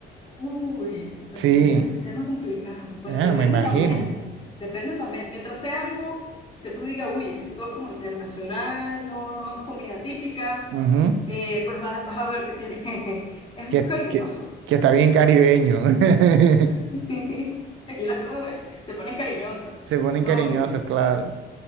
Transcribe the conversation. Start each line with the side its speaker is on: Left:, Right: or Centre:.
Left: Uy, pues
Right: Sí,
Left: ya sabes, el tema es complicado. Pues
Right: ah,
Left: depende
Right: me imagino.
Left: también, depende también. Mientras sea algo que tú digas, uy, esto es como internacional, no, no es comida típica,
Right: Ujú.
Left: eh, pues vas, vas a ver que tiene, <laughs> es
Right: Que,
Left: cariñoso.
Right: que, que está bien caribeño. <laughs>
Left: <laughs> Aquí las cosas se se ponen cariñosas,
Right: Se ponen
Left: ¿no?
Right: cariñosos,
Left: Y
Right: claro.